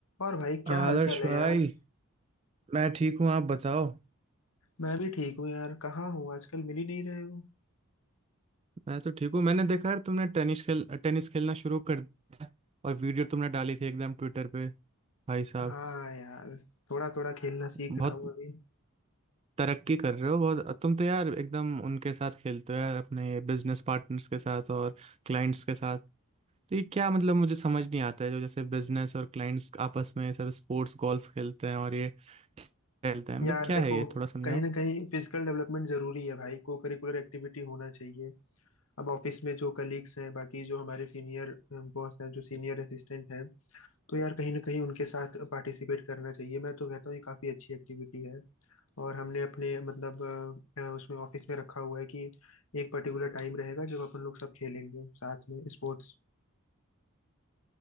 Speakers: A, on the left (about 70°); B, on the right (about 25°).
A: और भाई क्या
B: आदर्श
A: हालचाल है
B: भाई
A: यार
B: मैं ठीक हूँ आप बताओ
A: मैं भी ठीक हूँ यार कहाँ हूँ आजकल मिल ही नहीं रहे हो
B: मैं तो ठीक हूँ मैंने देखा यार तुमने टेनिस खेल टेनिस खेलना शुरू कर दिया और वीडियो तुमने डाली थी एकदम ट्विटर पे भाई साहब
A: हाँ यार थोड़ा थोड़ा खेलना सीख
B: बहुत
A: रहा हूँ अभी
B: तरक्की कर रहे हो बहुत तुम तो यार एकदम उनके साथ खेलते हो यार अपने बिजनेस पार्टनर्स के साथ और क्लाइंट्स के साथ तो ये क्या मतलब मुझे समझ नहीं आता है जो जैसे बिजनेस और क्लाइंट्स आपस में ये सब स्पोर्ट्स गोल्फ खेलते हैं और ये खेलते हैं मतलब
A: यार
B: क्या
A: देखो
B: है ये थोड़ा समझाओ
A: कहीं ना कहीं फिजिकल डेवलपमेंट जरूरी है भाई को करिकुलर एक्टिविटी होना चाहिए अब ऑफिस में जो कलीग्स हैं बाकी जो हमारे सीनियर बॉस हैं जो सीनियर असिस्टेंट हैं तो यार कहीं ना कहीं उनके साथ पार्टिसिपेट करना चाहिए मैं तो कहता हूँ ये काफी अच्छी एक्टिविटी है और हमने अपने मतलब अ, अ, उसमें ऑफिस में रखा हुआ है कि एक पर्टिकुलर टाइम रहेगा जब अपन लोग सब खेलेंगे साथ में स्पोर्ट्स